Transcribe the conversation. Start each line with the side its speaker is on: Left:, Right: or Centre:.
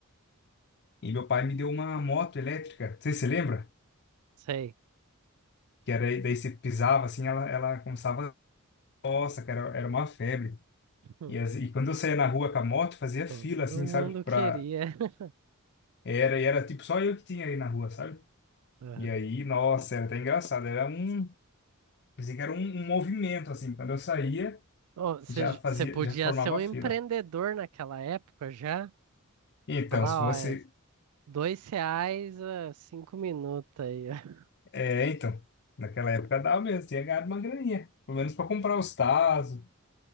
Left: E meu pai me deu uma moto elétrica, não sei se você lembra?
Right: Sei.
Left: Que era, daí você pisava assim, ela, ela começava, nossa, cara, era uma febre.
Right: Hum,
Left: E, as, e quando eu saía na rua com a moto, fazia
Right: Todo
Left: fila assim,
Right: mundo
Left: sabe? Pra,
Right: queria. <laughs>
Left: era, e era tipo só eu que tinha ali na rua, sabe?
Right: Aham.
Left: E aí, nossa, era até engraçado, era um, pensei que era um, um movimento assim, quando eu saía,
Right: Ô, Você
Left: já fazia,
Right: você podia
Left: já formava
Right: ser um
Left: fila.
Right: empreendedor naquela época já?
Left: Então,
Right: Falar,
Left: se fosse,
Right: ó, é dois reais a cinco minutos aí. <laughs>
Left: é, então, naquela época dava mesmo, tinha ganhado uma graninha, pelo menos para comprar os tazos.